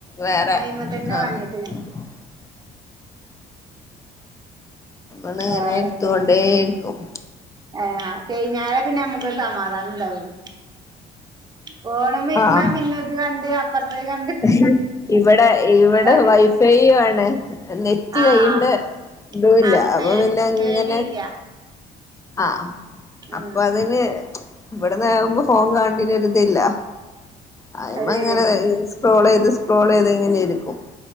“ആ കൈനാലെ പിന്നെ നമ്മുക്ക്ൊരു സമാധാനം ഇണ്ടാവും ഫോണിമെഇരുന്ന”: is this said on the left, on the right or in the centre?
Right